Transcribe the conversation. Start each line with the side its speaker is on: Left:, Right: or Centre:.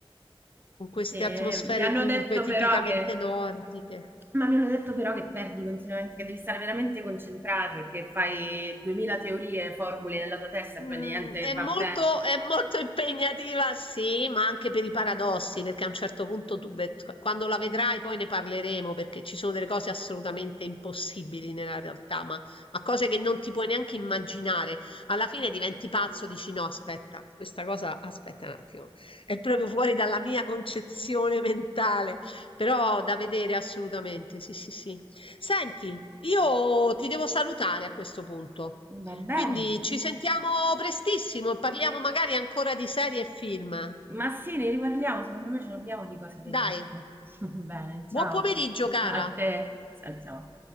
Left: con queste
Right: Sì,
Left: atmosfere
Right: mi hanno
Left: cupe,
Right: detto
Left: tipicamente
Right: però che...
Left: nordiche.
Right: Ma mi hanno detto però che perdi continuamente, che devi stare veramente concentrato e che fai 2000 teorie, formule nella tua testa
Left: Mhmm,
Right: e poi niente,
Left: è
Right: va
Left: molto
Right: bene.
Left: è molto impegnativa, sì, ma anche per i paradossi, perché a un certo punto tu ve q quando la vedrai poi ne parleremo, perché ci sono delle cose assolutamente impossibili nella realtà, ma ma cose che non ti puoi neanche immaginare. Alla fine diventi pazzo, dici: "No, aspetta, questa cosa aspetta un attimo, è proprio fuori dalla mia concezione mentale", però da vedere assolutamente, sì, sì, sì. Senti, io ti devo salutare a questo punto.
Right: Va bene.
Left: Quindi ci sentiamo prestissimo e parliamo magari ancora di serie e film.
Right: Ma sì, ne riparliamo, secondo me ce l'abbiamo di cose da dirci.
Left: Dai,
Right: <laughs> Bene, ciao.
Left: buon pomeriggio cara!
Right: A te. Ciao ciao.